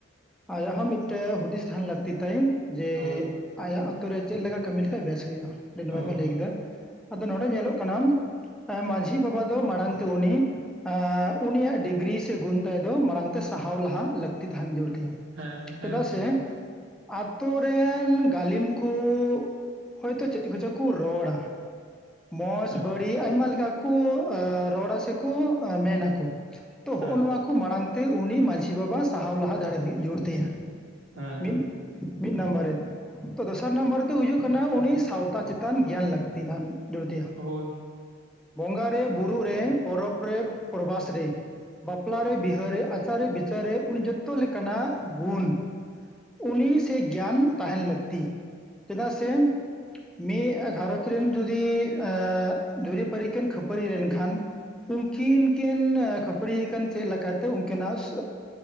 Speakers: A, in the centre; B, on the right.
A: ᱟᱭᱟᱜ ᱦᱚᱸ ᱢᱤᱫᱴᱮᱱ ᱦᱩᱫᱤᱥ ᱛᱟᱦᱮᱱ ᱞᱟᱹᱠᱛᱤ ᱛᱟᱭ᱾ ᱡᱮ
B: ᱦᱳᱭ
A: ᱟᱭᱟᱜ ᱟᱹᱛᱩᱨᱮ ᱪᱮᱫ ᱞᱮᱠᱟ ᱠᱟᱹᱢᱤ ᱞᱮᱠᱷᱟᱡ ᱵᱮᱥ ᱦᱩᱭᱩᱜᱼᱟ? ᱟᱹᱰᱤ ᱱᱟᱯᱟᱭ
B: ᱦᱳᱭ
A: ᱯᱮ ᱞᱟᱹᱭ ᱠᱮᱫᱟ᱾ ᱟᱫᱚ ᱱᱚᱰᱮ ᱧᱮᱞᱚᱜ ᱠᱟᱱᱟᱢ, ᱢᱟᱺᱡᱷᱤ ᱵᱟᱵᱟ ᱫᱚ ᱢᱟᱲᱟᱝ ᱛᱮ ᱩᱱᱤ ᱟᱜ ᱩᱱᱤᱭᱟᱜ ᱰᱤᱜᱨᱤ ᱥᱮ ᱜᱩᱱ ᱛᱟᱭ ᱫᱚ ᱢᱟᱲᱟᱝ ᱛᱮ ᱥᱟᱦᱟᱣ ᱞᱟᱦᱟ ᱞᱟᱹᱠᱛᱤ ᱛᱟᱦᱮᱱ ᱡᱩᱨ ᱛᱤᱭᱟ᱾
B: ᱦᱮᱸ
A: ᱪᱮᱫᱟᱜ
B: ᱮᱠᱫᱚᱢ
A: ᱥᱮ
B: ᱜᱮ
A: ᱟᱛᱳ ᱨᱮᱱ ᱜᱟᱹᱞᱤᱢ ᱠᱚ ᱦᱚᱭᱛᱚ ᱪᱮᱫ ᱠᱚᱪᱚ ᱠᱚ ᱨᱚᱲᱟ? ᱢᱚᱸᱡᱽ
B: ᱦᱮᱸ
A: ᱵᱟᱹᱲᱤᱡ ᱟᱭᱢᱟ ᱞᱮᱠᱟ ᱠᱚ ᱨᱚᱲᱟ ᱥᱮᱠᱚ ᱢᱮᱱᱟᱠᱚ ᱛᱚ ᱦᱚᱜᱼᱚᱭ
B: ᱦᱮᱸ
A: ᱱᱚᱣᱟ ᱠᱚ ᱢᱟᱲᱟᱝᱛᱮ ᱩᱱᱤ ᱢᱟᱹᱡᱷᱤ ᱵᱟᱵᱟ ᱥᱟᱦᱟᱣ ᱞᱟᱦᱟ ᱫᱟᱲᱮ ᱦᱩᱭᱩᱜ ᱡᱩᱨ ᱛᱟᱭᱟ᱾
B: ᱦᱮᱸ
A: ᱢᱤᱫ ᱢᱤᱫ ᱱᱟᱢᱵᱟᱨ ᱨᱮ ᱛᱚ ᱫᱚᱥᱟᱨ ᱱᱟᱢᱵᱟᱨ ᱛᱮᱭ ᱦᱩᱭᱩᱜ ᱠᱟᱱᱟ ᱩᱱᱤ ᱥᱟᱶᱛᱟ ᱪᱮᱛᱟᱱ ᱜᱮᱭᱟᱱ ᱞᱟᱹᱠᱛᱤᱟᱱ ᱡᱩᱨᱫᱤᱭᱟ᱾
B: ᱦᱳᱭ,
A: ᱵᱚᱸᱜᱟ ᱨᱮ ᱵᱩᱨᱩᱜ ᱨᱮ ᱯᱚᱨᱚᱵᱽ ᱨᱮ ᱯᱨᱚᱨᱵᱷᱟᱥ ᱨᱮ ᱵᱟᱯᱞᱟᱮ ᱵᱤᱦᱟᱹᱨᱮ ᱟᱪᱟᱨᱮ ᱵᱤᱪᱟᱹᱨᱮ ᱩᱱᱤ ᱡᱚᱛᱚ ᱞᱮᱠᱟᱱᱟᱜ ᱜᱩᱱ ᱩᱱᱤ ᱥᱮ ᱜᱮᱭᱟᱱ ᱛᱟᱦᱮᱱ ᱞᱟᱹᱠᱛᱤ ᱪᱮᱫᱟᱜ ᱥᱮ ᱢᱤᱫ ᱜᱷᱟᱨᱚᱸᱡᱽ ᱨᱮᱱ ᱡᱚᱫᱤ ᱮᱸ ᱡᱚᱫᱤ ᱠᱷᱟᱹᱯᱟᱹᱨᱤ ᱠᱤᱱ ᱠᱷᱟᱹᱯᱟᱹᱨᱤ ᱞᱮᱱᱠᱷᱟᱱ ᱾ ᱩᱱᱠᱤᱱ ᱠᱤᱱ ᱠᱷᱟᱹᱯᱟᱹᱨᱤᱭᱟᱹᱠᱟᱱ ᱪᱮᱫ ᱞᱮᱠᱟᱛᱮ ᱩᱱᱠᱤᱟᱜ ᱾